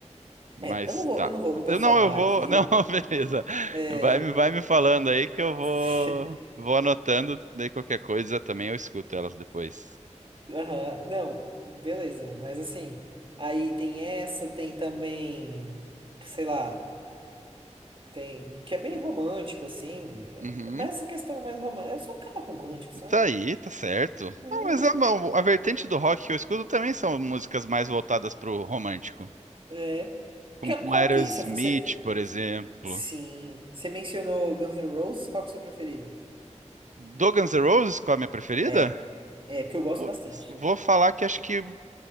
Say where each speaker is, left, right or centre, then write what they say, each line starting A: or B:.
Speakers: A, on the right (about 85°); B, on the right (about 45°).
A: mas
B: É, eu não vou,
A: tá.
B: eu não vou performar
A: Eu- não, eu vou.
B: aqui.
A: <laughs> Não, beleza.
B: É,
A: Vai, me- vai me falando aí que eu vou,
B: <laughs>
A: vou anotando. Daí qualquer coisa também eu escuto elas depois.
B: aham, não, beleza, mas assim, aí tem essa, tem também, sei lá, tem, que é bem romântico, assim, é,
A: Uhum.
B: mas essa questão é mais romântica, eu sou um cara romântico, sabe?
A: Tá aí, tá certo.
B: Hum,
A: Não, mas a, a vertente do rock que eu escuto também são músicas mais voltadas pro romântico.
B: É.
A: Como
B: Que- Qual
A: Aerosmith,
B: que. Se você.
A: por exemplo.
B: Sim. Você mencionou Guns N' Roses, qual que é a sua preferida?
A: Do Guns N' Roses, qual é a minha preferida?
B: É. É, porque eu gosto
A: Putz,
B: bastante.
A: vou falar que acho que